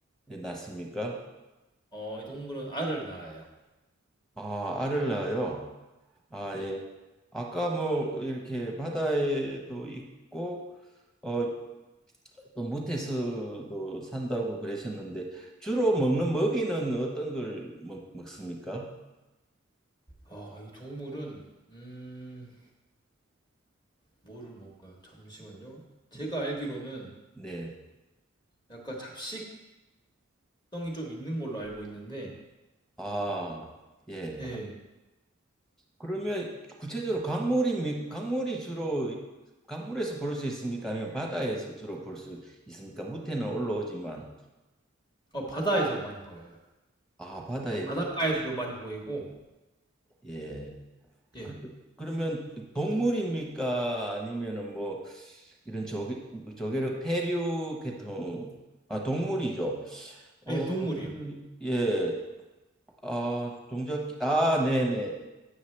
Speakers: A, in the centre; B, on the left.
A: 낳습니까?
B: 어, 이 동물은 알을 낳아요.
A: 아, 알을 낳아요. 아,
B: 네.
A: 예. 아까 뭐 이렇게 바다에도 있고 어, 또 무태서도 산다고 그러셨는데 주로 먹는 먹이는 어떤 걸 먹, 먹습니까?
B: 아, 이 동물은 음, 뭐를 먹을까요? 잠시만요.
A: 네.
B: 제가 알기로는
A: 네.
B: 약간 잡식성이 좀 있는 걸로 알고 있는데,
A: 아, 예.
B: 예,
A: 그러면 구체적으로 강물이 미- 강물이 주로 강물에서 볼 수 있습니까? 아니면 바다에서 주로 볼 수 있습니까? 무태는 올라오지만
B: 어, 바다에서 많이 보여요.
A: 아 바다에서
B: 약간 네. 바닷가에서도 많이 보이고,
A: 예.
B: 예,
A: 그, 그러면 동물입니까? 아니면은 뭐 이런 조개 조개를 페류 계통 아 동물이죠. 어
B: 예, 동물이요.
A: 예. 아 종잡기 아 네네.